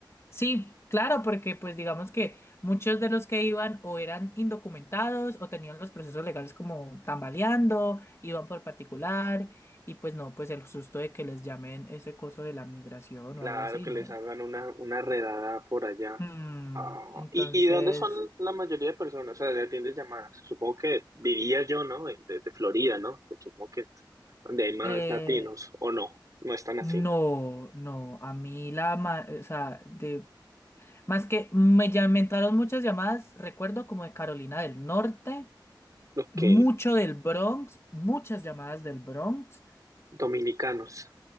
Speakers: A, on the left (about 35°); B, on the right (about 45°).
A: Sí, claro, porque pues digamos que muchos de los que iban o eran indocumentados o tenían los procesos legales como tambaleando, iban por particular, y pues no, pues el susto de que les llamen ese coso de la migración
B: Claro,
A: o algo así,
B: que
A: no.
B: les hagan una, una redada por allá.
A: Hmm,
B: Ah,
A: entonces.
B: ¿y, y de dónde son la mayoría de personas? O sea, de atiendes llamadas. Supongo que diría yo, ¿no? De, de Florida, ¿no? Que supongo que es donde hay más
A: eh,
B: latinos, o no, no están así.
A: No, no, a mí la, ma- o sea, de, más que me, ya- me entraron muchas llamadas, recuerdo como de Carolina del Norte,
B: Ok.
A: mucho del Bronx, muchas llamadas del Bronx,
B: Dominicanos.